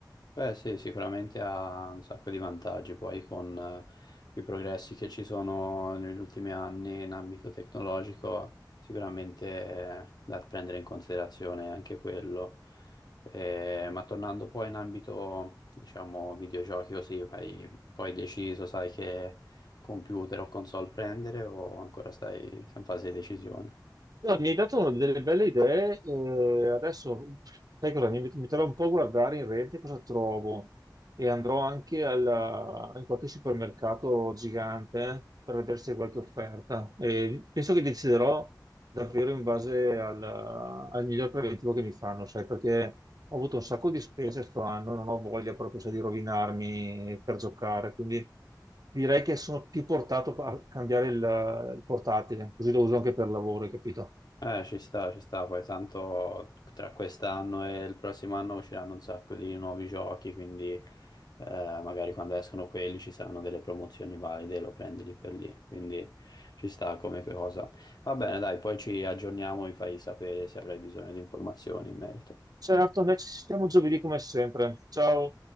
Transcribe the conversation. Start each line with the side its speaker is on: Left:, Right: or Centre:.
Left: Beh, sì, sicuramente ha un sacco di vantaggi poi con eh, i progressi che ci sono negli ultimi anni in ambito tecnologico, sicuramente è da prendere in considerazione anche quello. Eh, ma tornando poi in ambito, diciamo, videogiochi così, hai poi deciso, sai che computer o console prendere o ancora stai in fase di decisione?
Right: No, mi hai dato delle belle idee, eh, adesso sai cosa? Mi metterò un po' a guardare in rete cosa trovo e andrò anche alla- in qualche supermercato gigante eh, per vedere se c'è qualche offerta. E penso che deciderò davvero in base al, al miglior preventivo che mi fanno, sai, perché ho avuto un sacco di spese sto anno e non ho voglia proprio sai, di rovinarmi per giocare, quindi direi che sono più portato a cambiare il il portatile, così lo uso anche per lavoro, hai capito?
Left: Eh, ci sta, ci sta, poi tanto tra quest'anno e il prossimo anno usciranno un sacco di nuovi giochi, quindi eh, magari quando escono quelli ci saranno delle promozioni valide, lo prendi lì per lì, quindi ci sta come cosa. Va bene, dai, poi ci aggiorniamo, mi fai sapere se avrai bisogno di informazioni in merito.
Right: Certo, noi ci sentiamo giovedì come sempre. Ciao.